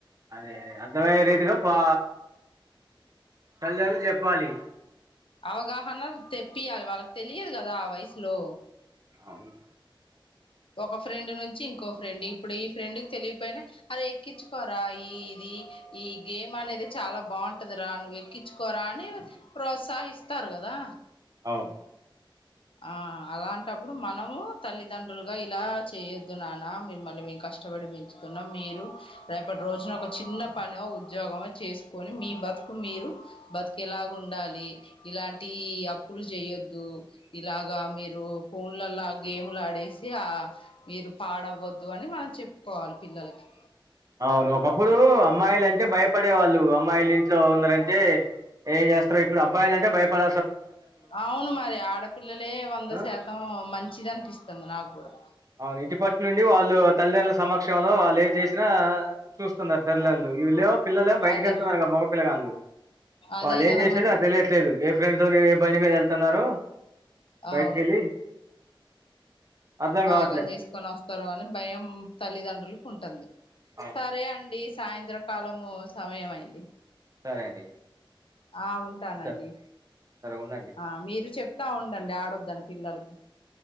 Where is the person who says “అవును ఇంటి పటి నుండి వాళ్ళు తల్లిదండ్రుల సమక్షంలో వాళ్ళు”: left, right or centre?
Right